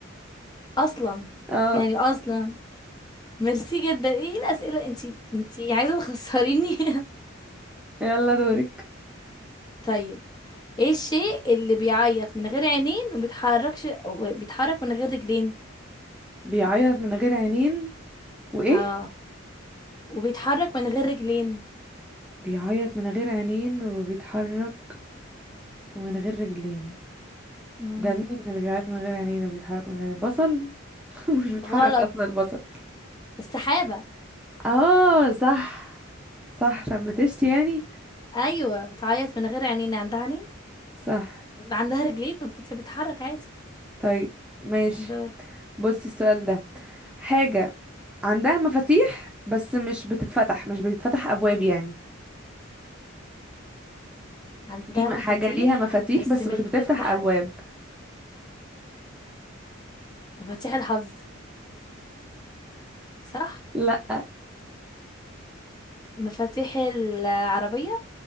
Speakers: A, on the left (about 20°); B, in the centre.
A: <laughs> اصلا
B: اه
A: يعني اصلا ميرسي جدا ايه الاسئلة انتي انتي عايزة تخسريني <laughs>
B: يلا دورك
A: طيب ايه الشيء اللي بيعيط من غير عينين وبيتحركش وبيتحرك من غير رجلين
B: بيعيط من غير عينين وايه
A: اه وبيتحرك من غير رجلين
B: بيعيط من غير عينين وبيتحرك من غير رجلين
A: مم.
B: ده مين اللي بيعيط من غير عينين وبيتحرك من غير بصل <laughs> مش بيتحرك
A: غلط
B: اصلا البصل
A: السحابة
B: اه صح صح شمتشتي يعني
A: ايوه بتعيط من غير عينين عندها عينين
B: صح
A: عندها رجلين وبتتحرك عادي
B: طيب ماشي
A: دور
B: بصي السؤال ده حاجة عندها مفاتيح بس مش بتتفتح مش بتتفتح أبواب يعني
A: عندها
B: ليه م-
A: مفاتيح
B: حاجة ليها مفاتيح
A: بس
B: بس
A: مش
B: مش بتفتح
A: بتفتح
B: أبواب
A: مفاتيح الحظ صح
B: لا
A: مفاتيح العربية